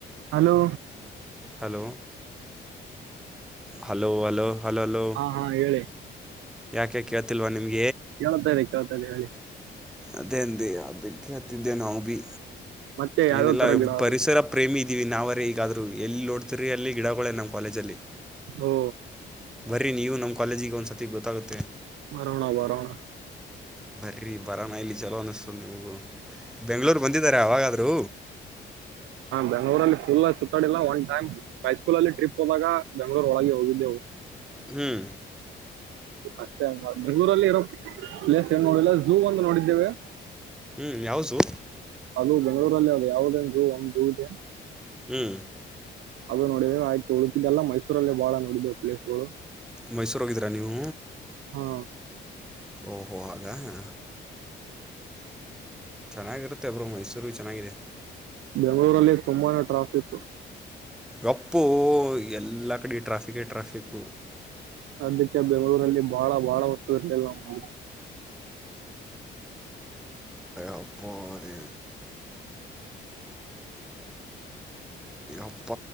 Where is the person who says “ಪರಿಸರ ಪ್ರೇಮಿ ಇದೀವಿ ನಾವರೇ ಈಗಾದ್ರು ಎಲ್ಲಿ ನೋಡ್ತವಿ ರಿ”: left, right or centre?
Centre